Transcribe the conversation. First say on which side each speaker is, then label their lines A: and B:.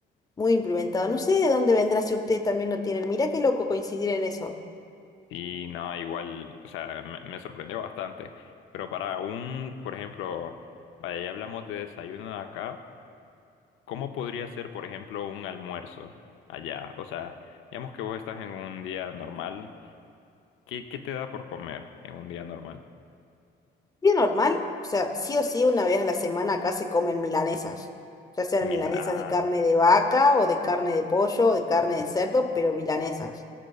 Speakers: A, on the left; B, on the left.
A: Muy implementado. No sé de dónde vendrá si usted también lo tiene Mirá qué loco coincidir en eso.
B: Y no, igual, o sea, me, me sorprendió bastante. Pero para un, por ejemplo, vaya, ya hablamos de desayuno de acá, ¿cómo podría ser, por ejemplo, un almuerzo allá? O sea, digamos que vos estás en un día normal ¿Qué, qué te da por comer en un día normal?
A: Bien normal, o sea, sí o sí, una vez a la semana acá se comen milanesas. Ya sean
B: Milan,
A: milanesas
B: ah,
A: de carne de vaca o de carne de pollo o de carne de cerdo, pero milanesas.